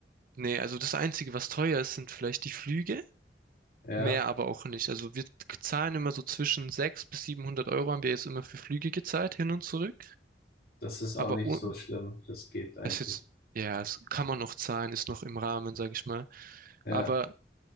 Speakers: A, on the right (about 50°); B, on the left (about 60°).
A: Nee, also das Einzige, was teuer ist, sind vielleicht die Flüge,
B: Ja,
A: mehr aber auch nicht. Also wir zahlen immer so zwischen 600 bis 700 Euro haben wir jetzt immer für Flüge gezahlt, hin und zurück.
B: das ist auch
A: Aber
B: nicht
A: un-
B: so schlimm. Das geht eigentlich.
A: das ist jetzt, ja, das kann man noch zahlen, ist noch im Rahmen, sag ich mal.
B: Ja,
A: Aber